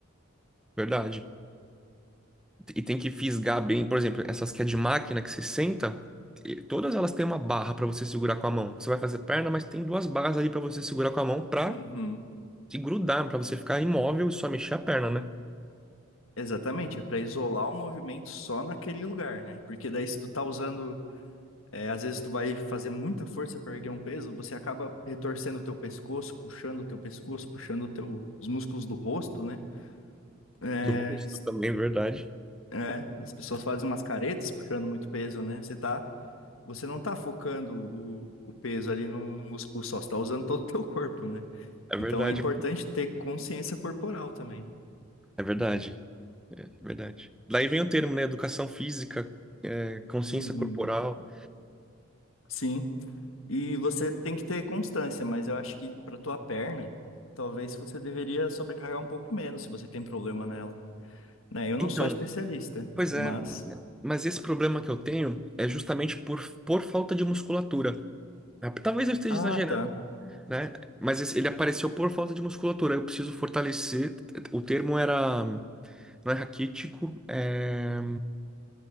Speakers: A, in the centre; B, on the left.
A: Verdade. E tem que fisgar bem, por exemplo, essas que é de máquina que você senta, e todas elas têm uma barra para você segurar com a mão. Você vai fazer perna, mas tem duas barras ali para você segurar com a mão para
B: Uhum.
A: se grudar, para você ficar imóvel e só mexer a perna, né?
B: Exatamente, é para isolar o movimento só naquele lugar, né? Porque daí se tu tá usando, é, às vezes tu vai fazer muita força para erguer um peso, você acaba retorcendo o teu pescoço, puxando o teu pescoço, puxando o teu, os músculos do rosto, né? É,
A: Do rosto
B: s-
A: também, é verdade.
B: é, as pessoas fazem umas caretas puxando muito peso, né? Você tá você não está focando o, o peso ali no, no músculo só, você está usando todo o teu corpo, né?
A: É verdade.
B: Então é importante ter consciência corporal também.
A: É verdade, é verdade. Daí vem o termo, né? Educação física, é, consciência
B: Uhum.
A: corporal.
B: Sim. E você tem que ter constância, mas eu acho que para tua perna, talvez você deveria sobrecarregar um pouco menos se você tem problema nela, né? Eu não
A: Então,
B: sou especialista,
A: Pois é,
B: mas
A: mas esse problema que eu tenho é justamente por, por falta de musculatura. Ah, Talvez eu esteja
B: Ah,
A: exagerando,
B: tá.
A: né? Mas esse- ele apareceu por falta de musculatura. Eu preciso fortalecer. O termo era, não é raquítico, é